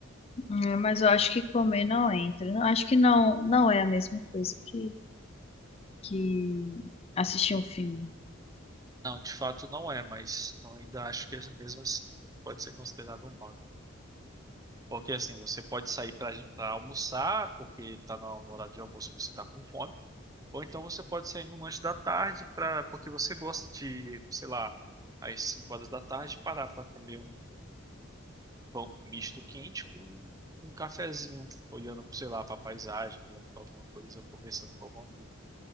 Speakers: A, on the left (about 30°); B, on the right (about 15°).
A: hum, mas eu acho que comer não entra. Não, acho que não, não é a mesma coisa que, que assistir um filme.
B: Não, de fato não é, mas eu ainda acho que é mesmo assim pode ser considerado um hobby. Porque assim, você pode sair para almoçar, porque tá na- no horário de almoço e você tá com fome, ou então você pode sair no lanche da tarde para porque você gosta de, sei lá, às 5 horas da tarde parar para comer um pão misto quente com um cafezinho, olhando, sei lá, para paisagem, olhando para alguma coisa ou conversando com algum amigo.